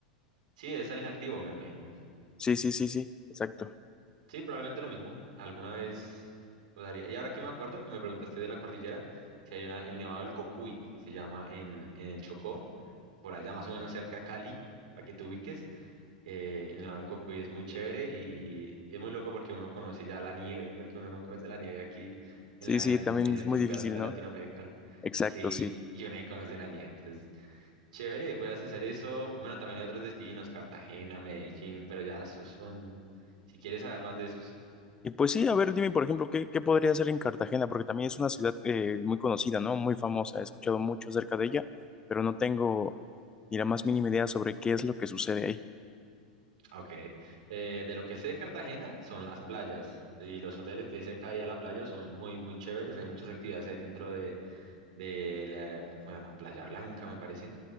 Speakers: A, on the right; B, on the left.
A: sí, es tan inactivo, me imagino.
B: Sí, sí, sí, sí, exacto.
A: Sí, probablemente lo mismo, alguna vez lo daría. Y ahora que me acuerdo, que me preguntaste de la cordillera, si hay una, el Nevado del Cocuy, se llama en, en el Chocó, por allá más o menos cerca a Cali, para que te ubiques. Eh, el Nevado del Cocuy es muy chévere y es muy loco porque uno conoce ya la nieve, porque uno no conoce la nieve aquí en,
B: Sí,
A: la,
B: sí,
A: en,
B: también
A: en
B: es
A: estos
B: muy difícil,
A: pedazos de
B: ¿no?
A: Latinoamérica.
B: Exacto,
A: Sí,
B: sí.
A: y uno ahí conoce la nieve. Entonces, chévere, puedes hacer eso. Bueno, también hay otros destinos, Cartagena, Medellín, pero ya esos son, si quieres saber más de esos.
B: Y pues sí, a ver, dime, por ejemplo, ¿qué, qué podría hacer en Cartagena? Porque también es una ciudad eh, muy conocida, ¿no? Muy famosa. He escuchado mucho acerca de ella, pero no tengo ni la más mínima idea sobre qué es lo que sucede ahí.
A: Ok, eh, de lo que sé de Cartagena son las playas y los hoteles que hay cerca de ahí a la playa son muy, muy chéveres. Hay muchas actividades ahí dentro de, de la, ¿cómo se llama? Playa Blanca, me parece.